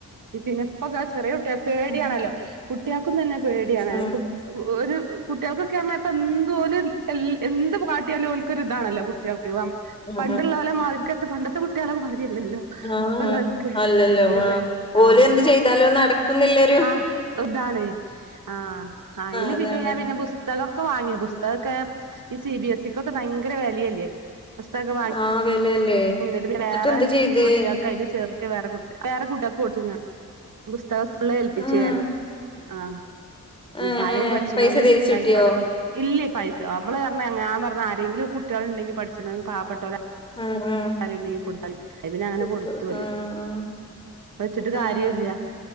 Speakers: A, on the right (about 70°); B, on the left (about 15°).
A: പിന്നെപ്പക ചെറിയ കുട്ടിയ പേടിയണല്ലോ
B: ഉം
A: കുട്ടിക ക്കും തന്നെ പേടിയാണ്
B: ഉം
A: ഒരു കുട്ടികൾക്കൊക്കെ ആപ്പ എന്തോലും എന്ത് കാട്ടിയാലും ഓല്ക്കൊരു ഇതാണല്ലോ കുട്ടിൾക്ക്
B: ഉം
A: പണ്ടുള്ള ലെ മാതിരിക്ക.... പണ്ടത്തെ കുട്ടികളെ മാതിരിയല്ലല്ലോ
B: ആഹ
A: ഇപ്പള്ളോൽക്ക്
B: ആ അല്ലല്ലോ
A: ഭയങ്കര
B: ആഹ
A: പേ
B: ഓലും
A: ആഹ്
B: എന്ത് ചെയ്താലോ നടക്കുന്നില്ലരു
A: ആഹ് ഇതാണ് ആ അയി ല്
B: അതാണ്
A: പിന്നെ ഞൻ പിന്നെ പുസ്തകൊക്കെ വാങ്ങി
B: ഉം
A: പുസ്തകെ E C B S C ക്കൊക്കെ ഭയങ്കര വി ലയല്ലേ പുസ്തകൊക്കെ വാങ്ങ
B: ആഹ് വെലല്ലേ
A: <unintelligible> ട്ട് പിന്നെ
B: എന്നിട്ട്
A: വേറെ
B: എന്ത് ചെയ്ത്
A: കുട്ടികൾെ അതില് ചേർത്തി. വേറെ കുട്ട വേറെ കുട്ടിക കൊടുത്തു. ഞാൻ <unintelligible> ആ സ്കൂളിൽ ഏൽപ്പിച്ച്
B: ഉം
A: ഞാൻ ആ
B: ഏഹ്
A: ഇപ്പ ആരേ
B: ഏഹ്
A: പഠിച്ചണ
B: പൈസ
A: പോല
B: തിരിച്ചിട്ടിയോ
A: ഇന്തായിക്കോട്ടെ ഇല്ലേ പൈസ നമ്മള് പറഞ്ഞ ആ ആരെങ്കിലും കുട്ടികളണ്ടെങ്കിൽ പഠിച്ചണമെങ്ക പാവപ്പെട്ടല്ലോ
B: ഉം ഉം
A: സരി എണ്ണക്ക് കൊടുത്താ പിന്നെ അങ്ങനെ
B: കൊടുത്തു
A: കൊടുത്തുഓല്
B: ആഹ്
A: വെച്ചിട്ട് കാര്യല്ല
B: ആഹ്